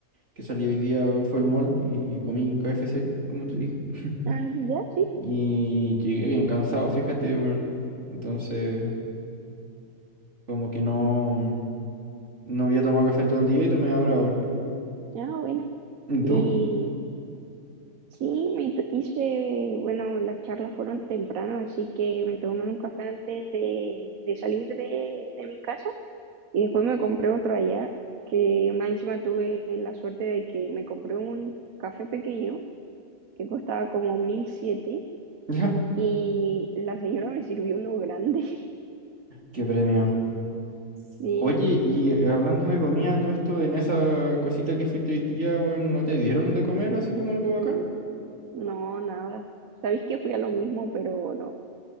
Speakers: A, on the right; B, on the right.
A: que salí hoy día, weón, fue el mall y comí KFC, como te dije. <laughs>
B: Ah, ya, sí.
A: Y llegué bien cansado, fíjate, weón. Entonces, como que no, mm, no había tomado café en todo el día y tomé ahora, weón.
B: Ah, buena.
A: ¿Y tú?
B: Y sí, me to- hice, bueno, las charlas fueron temprano, así que me tomé un café antes de, de salir de, de mi casa. Y después me compré otro allá, que más encima tuve la suerte de que me compré un café pequeño que costaba como 1007
A: Ya,
B: y la señora me sirvió uno grande. <laughs>
A: qué premio.
B: Sí,
A: Oye, y eh, hablando de comida, todo esto, en esa cosita que fuiste hoy día, weón, ¿no te dieron de comer así como algo bacán?
B: no, nada. Sabéis que fui a lo mismo, pero no.